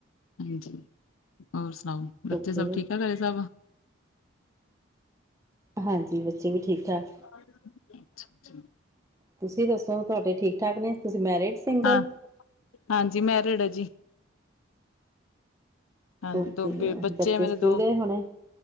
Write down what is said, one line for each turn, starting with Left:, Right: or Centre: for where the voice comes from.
Left: ਈ। ਹੋਰ ਸੁਣਾਔ? ਬੱਚੇ
Right: ਓਕੇ
Left: ਸਭ ਠੀਕ ਐ ਘਰੇ ਸਭ?
Right: ਹਾਂਜੀ, ਬੱਚੇ ਵੀ ਠੀਕ ਠਾਕ।
Left: ਅੱਛਾ-ਅੱਛਾ।
Right: ਤੁਸੀ ਦੱਸੋ, ਤੁਆਡੇ ਠੀਕ-ਠਾਕ ਨੇ? ਤੁਸੀ ਮੈਰਿਡ? ਸਿੰਗਲ?
Left: ਹਾਂ ਹਾਂਜੀ, ਮੈਰਿਡ ਐ ਜੀ। ਹਾਂਜੀ
Right: ਓਕੇ
Left: ਦੋ ਬੇ,
Right: ਜੀ
Left: ਬੱਚੇ ਆ ਮੇਰੇ
Right: ਸਕੂਲ
Left: ਦੋ।
Right: ਗਏ ਹੋਣੇ